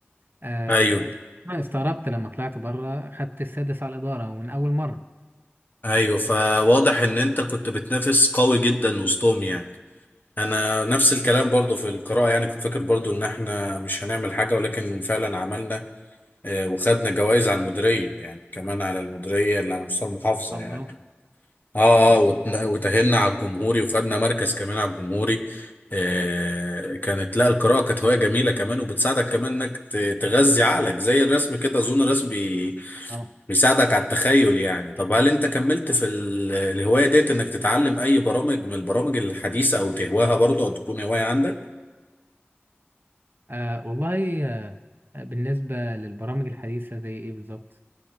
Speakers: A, on the right; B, on the left.
A: آه
B: ايوه
A: انا استغربت لما طلعت بره خدت السادس على الاداره ومن اول مره
B: ايوه فواضح ان انت كنت بتنافس قوي جدا وسطهم يعني انا نفس الكلام برضو في القراءة يعني كنت فاكر برضو ان احنا مش هنعمل حاجة ولكن فعلا عملنا آه، وخدنا جوائز على المديرية يعني كمان على المديرية اللي على مستوى المحافظة
A: الله
B: يعني اه
A: ما شاء
B: اه وت- وتأهلنا على الجمهوري وخدنا مركز كمان على الجمهوري آه كانت لا القراءة كانت هواية جميلة كمان وبتساعدك كمان انك ت- تغذي عقلك زي الرسم كده اظن الرسم بي-
A: الله
B: بيساعدك على التخيل يعني طب هل انت كملت
A: طبعاً.
B: في ال- الهواية ديت انك تتعلم اي برامج من البرامج الحديثة او تهواها برضه او تكون هواية عندك
A: آه والله آه بالنسبه للبرامج الحديثه زي ايه بالظبط